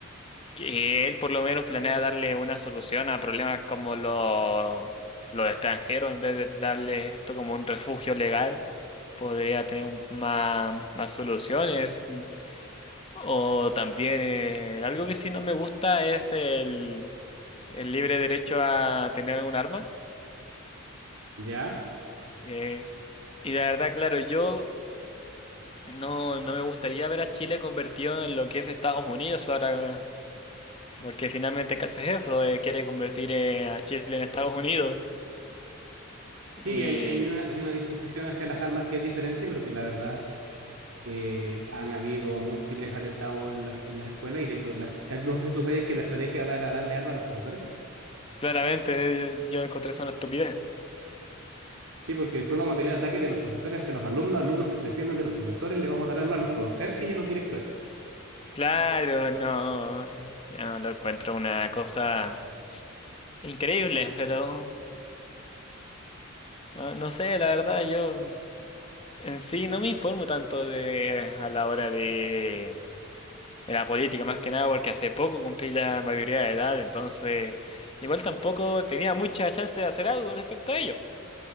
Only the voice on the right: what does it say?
ya.
Sí,
hay, hay una, hay una disposición hacia las armas que es diferente, pero que la verdad eh, han habido múltiples atentados en las, en las escuelas y de hecho, las- no sé si tú sabes que la estrategia ahora era darle armas a los profesores.
Sí, porque después vamos a tener ataques de los profesores hacia los alumnos, alumnos que se defiendan de los profesores, le vamos a dar armas a los conserjes y a los directores.